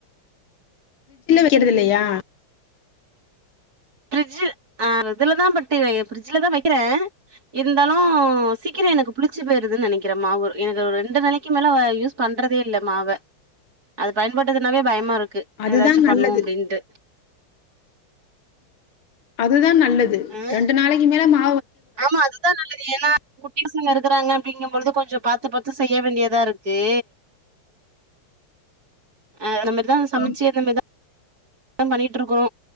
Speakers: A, on the left (about 75°); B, on the right (about 45°).
A: வக்கறது இல்லையா
B: பிரிட்ஜில் ஆ இதுலதா பட்டு பிரிட்ஜல தா வைக்கிறே இருந்தாலு சீக்கிர எனக்கு புளிச்சு போயிருதுன்னு நெனைக்கிறே மாவு எனக்கு ஒரு ரெண்டு நாளைக்கு மேல யூஸ் பண்றதே இல்ல மாவ அத பயன்படுத்துனாவே பயமாருக்கு க்கு
A: அதுதா
B: ஏதாச்சு பண்ணு
A: நல்லது
B: அப்டின்ட்டு
A: அது தான் ந நல்லது
B: ஆ
A: ரெண்டு நாளைக்கு மேல மா
B: ஆமா அதுதா நல்லது ஏனா குட் டியூசன் எடுக்குறாங்க அப்டிங்கம்பொழுது கொஞ்சோ பாத்து பாத்து செய்ய வேண்டியதாருக்கு ஆ அத மாரிதா சமச்சு
A: ஆம்
B: அந்த மரிதா பண்ணிட்ருக்கோ